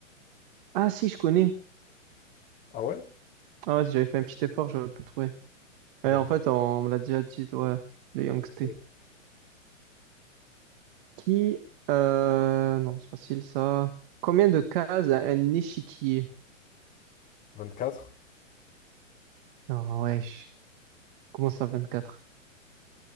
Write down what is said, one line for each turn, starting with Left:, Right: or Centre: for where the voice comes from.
Right: Ah si, je connais.
Left: Ah ouais?
Right: Ah ouais, si j'avais fait un petit effort, j'aurais pu le trouver.
Left: J'avoue.
Right: Ouais, en fait, on me l'a déjà dit, ouais, le Yongsté.
Left: Ok.
Right: Qui, euh, non, c'est facile ça. Combien de cases a un échiquier?
Left: 24?
Right: Non, wesh. Comment ça, quatre